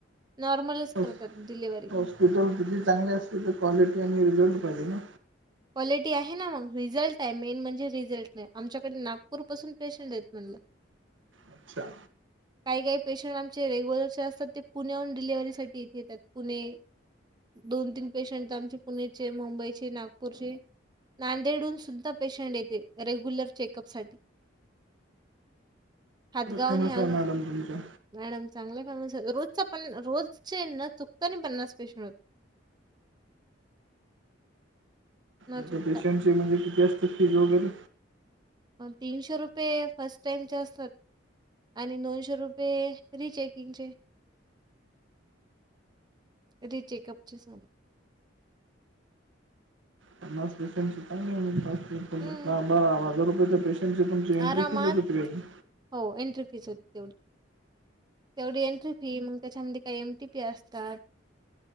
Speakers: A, on the right; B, on the right.
A: नॉर्मलच
B: हॉस-
A: करतात डिलिव्हरी
B: हॉस्पिटल किती चांगले असतील ते क्वालिटी आणि रिझल्ट पाहिजे ना.
A: क्वालिटी आहे ना मग रिझल्ट आहे मेन म्हणजे रिझल्ट आमच्याकडे नागपूर पासून पेशंट आहेत म्हणलं.
B: अच्छा
A: काही काही पेशंट आमचे रेग्युलर जे असतात ते पुण्याहून डिलिव्हरीसाठी इथे येतात पुणे दोन तीन पेशंट आमचे पुणेचे मुंबईचे नागपूर नागपूरचे नांदेडून सुद्धा पेशंट येते रेग्युलर चेकअप साठी हातगावहून
B: फेमस
A: हे
B: आहे
A: आज
B: मॅडम तुमच्या
A: मॅडम चांगल्या फॅमिस रोज पन्नास, रोजचे न चुकता आणि पन्नास पेशंट होतात. न
B: एका
A: चुकता.
B: पेशंटची म्हणजे किती असतते फी वगैरे
A: तीनशे रुपये फर्स्ट टाइमचे असतात आणि दोनशे रुपये रिचेकिंगचे रि चेकअपचे सार
B: पन्नास पेशंटची चांगली, का
A: हं,
B: मी हजार रुपये तर पेशंटचे तुमची एंट्री
A: आरामात
B: कुठे होती उतरायची
A: हो एंट्री फीस होती तेवढी तेवढी एंट्री फी मग त्याच्यामध्ये काही एमटी पी असतात